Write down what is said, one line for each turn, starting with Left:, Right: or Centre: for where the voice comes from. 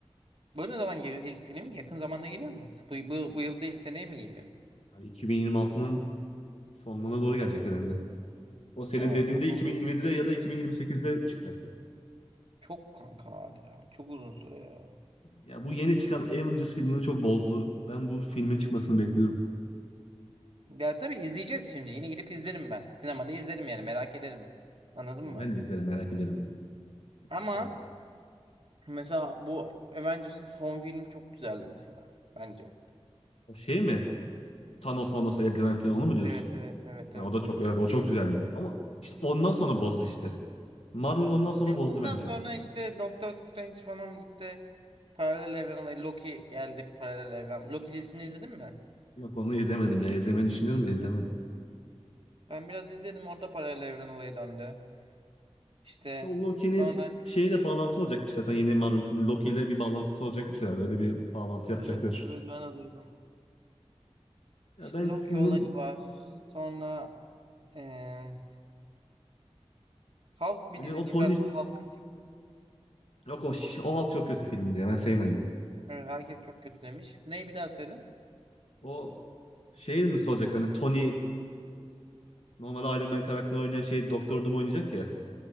Right: Bu ne zaman geliyor ilk film? Yakın zamanda geliyor mu? Bu, bu, bu yıl değil seneye mi geliyor?
Left: Yani 2026'nın sonlarına doğru gelecek herhalde. O senin
Right: Oo,
Left: dediğinde 2027'de ya da 2028'de çıkacaktı.
Right: çok kanka hala. Çok uzun süre ya.
Left: Ya bu yeni çıkan Avengers filmini çok bozdu. Ben bu filmin çıkmasını bekliyorum.
Right: Ya tabii izleyeceğiz şimdi. Yine gidip izlerim ben. Sinemada izlerim yani merak ederim. Anladın
Left: Yani
Right: mı?
Left: ben de izlerim merak ederim.
Right: Ama
Left: İşte
Right: mesela bu Avengers'ın son filmi çok güzeldi mesela. Bence.
Left: o şey mi? Thanos Manos eldiven falan onu mu diyorsun?
Right: Evet evet evet
Left: Ya
Right: evet.
Left: o da çok evet
Right: O
Left: o
Right: film
Left: çok güzeldi. Ama işte ondan sonra bozdu işte. Marvel ondan sonra
Right: Evet,
Left: bozdu
Right: ondan
Left: bence.
Right: sonra işte Doctor Strange falan gitti. Paralel evren olayı. Loki geldi paralel evren. Loki dizisini izledin mi?
Left: Yok onu izlemedim ya. izlemeyi düşünüyorum da izlemedim.
Right: Ben biraz izledim orada paralel evren olayı döndü. İşte
Left: İşte o Loki'nin
Right: sonra
Left: şeyle bağlantılı olacakmış zaten yeni Marvel filmi. Loki ile bir bağlantısı olacakmış herhalde. Öyle bir bağlantı yapacaklar.
Right: evet evet ben de duydum.
Left: Ya
Right: İşte
Left: ben
Right: Loki
Left: filmin
Right: olayı var. Sonra eee Hulk
Left: öyle
Right: bir dizi
Left: o
Right: çıkarttı.
Left: Tony
Right: Hulk
Left: Yok o, şiş- o halk çok kötü filmdi ya. Ben sevmedim.
Right: evet, herkes çok kötü demiş. Neyi bir daha söyle?
Left: O şey nasıl olacak hani Tony normalde Iron Man karakterini oynayan şey Doktor Doom oynayacak ya.